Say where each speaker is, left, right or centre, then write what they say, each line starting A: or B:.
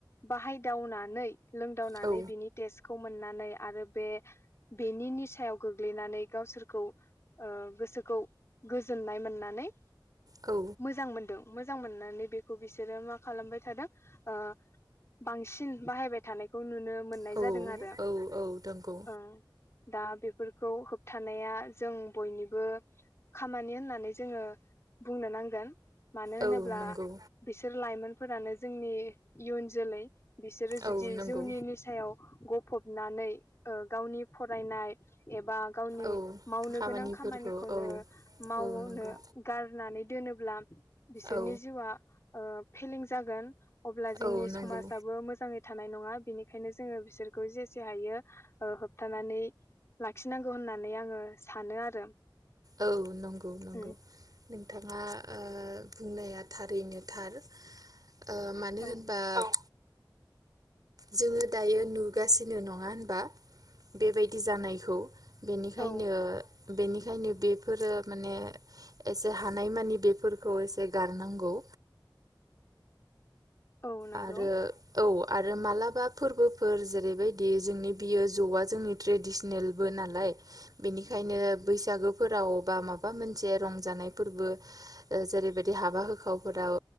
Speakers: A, on the left; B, on the right.
A: बाहायदावनानै लोंदावनानै
B: औ
A: बिनि टेस्ट खौ मोननानै आरो बे बेनि निसायाव गोग्लैनानै गावसोरखौ ओ गोसोखौ गोजोननाय मोननानै
B: औ
A: मोजां मोनदों मोजां मोननानै बेखौ बिसोरो मा खालामबाय थादों ओ बांसिन बाहायबाय थानायखौ नुनो मोननाय
B: औ
A: जादों आरो
B: औ औ नंगौ
A: ओं दा बे फोरखौ होबथानाया जों बयनिबो खामानि होननानै जोङो बुंनो नांगोन <inaudible> मानो होनोब्ला
B: औ नंगौ
A: बिसोर लाइमोन फोरानो जोंनि इयुन जोलै बिसोरो जुदि
B: औ नंगौ
A: जौनि निसायाव गफबनानै ओ गावनि फरायनाय एबा गावनि
B: औ
A: मावनो
B: खामानिफोरखौ
A: गोनां खामानिखौनो
B: औ
A: मावनो
B: औ नंगौ
A: गारनानै दोनो ब्लाम बिसोरनि
B: औ
A: जिउआ ओ फेलें जागोन अब्ला जोंनि
B: औ नंगौ
A: समाजाबो मोजाङै थानाय नङा बिनि खायनो जोङो बिसोरखौ जेसे हायो हो होबथानानै लाखिनांगौ होननानै आङो सानो आरो।
B: औ नंगौ नंगौ
A: उम
B: नोंथाङा ओ। बुंनाया थारैनो थार। ओ मानो
A: औ
B: होनबा औ। जोङो दायो नुगासिनो नङा होनबा बेबायदि जानायखौ बेनिखायनो
A: औ
B: बेनिखायनो बेफोरो माने एसे हानायमानि बेफोरखौ एसे गारनांगौ
A: औ नंगौ
B: आरो औ। आरो मालाबा फोरबोफोर जेरैबायदि जोंनि बियो ज'आ जोंनि ट्रेडिसनेलबो नालाय बेनिखायनो बैसागोफोराव बा माबा मोनसे रंजानाय फोरबो जेरैबायदि हाबा होखावफोराव